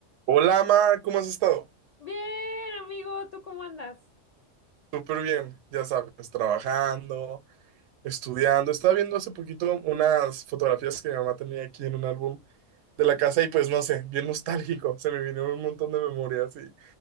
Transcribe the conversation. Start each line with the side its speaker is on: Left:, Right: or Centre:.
Right: Hola, Mar, ¿cómo has estado?
Left: Bien, amigo, ¿tú cómo andas?
Right: Súper bien, ya sabes, trabajando, estudiando. Estaba viendo hace poquito unas fotografías que mi mamá tenía aquí en un álbum de la casa y pues no sé, bien nostálgico. Se me vinieron un montón de memorias y,